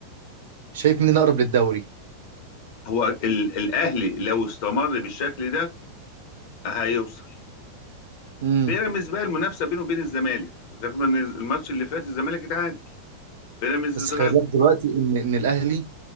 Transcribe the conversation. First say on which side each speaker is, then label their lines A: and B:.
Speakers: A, on the right (about 60°); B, on the left (about 45°).
A: شايف مين الاقرب للدوري
B: هو ال- الاهلي لو استمر بالشكل ده هيوصل
A: امم
B: بيراميدز بقى المنافسه بينه وبين الزمالك رغم ان الماتش اللي فات الزمالك اتعادل بيراميدز
A: بس
B: اتغلب
A: خلي بالك دلوقتي ان ان الاهلي